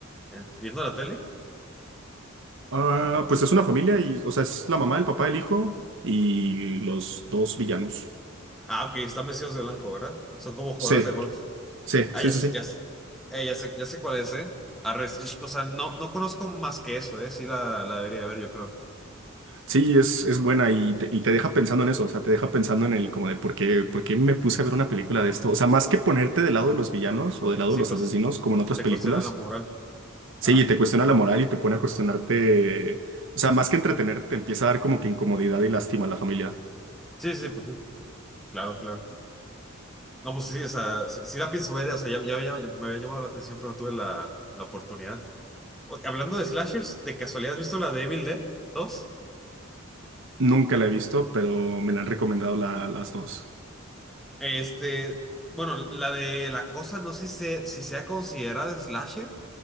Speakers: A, in the centre; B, on the right.
A: eh, viendo la tele.
B: Ah, pues es una familia y, o sea, es la mamá, el papá, el hijo y los dos villanos.
A: Ah, ok, están vestidos de blanco, ¿verdad? Son como jugadores
B: Sí,
A: de golf.
B: sí,
A: Ah,
B: sí,
A: ya
B: sí,
A: sé,
B: sí.
A: ya sé. Eh, ya sé, ya sé cuál es, ¿eh? Arre, sí, o sea, no, no conozco más que eso, ¿eh? Sí la, la debería ver, yo creo.
B: Sí, es, es buena y te, y te deja pensando en eso, o sea, te deja pensando en el como de por qué, por qué me puse a ver una película de esto. O sea, más que ponerte del lado de los villanos o del lado
A: Sí,
B: de los
A: pues.
B: asesinos, como en otras
A: te
B: películas,
A: cuestiona la moral.
B: sí,
A: Ajá.
B: te cuestiona la moral y te pone a cuestionarte, o sea, más que entretenerte, te empieza a dar como que incomodidad y lástima a la familia.
A: Sí, sí, sí, pues sí. Claro, claro. No, pues sí, o sea, sí, sí la pienso ver, o sea, ya, ya- ya- me había llamado la atención, pero no tuve la, la oportunidad. O- hablando de slashers, ¿de casualidad has visto la de Evil Dead 2?
B: Nunca la he visto, pero me la han recomendado la- las dos.
A: Este, bueno, la de La Cosa, no sé si, se- si sea considerada slasher,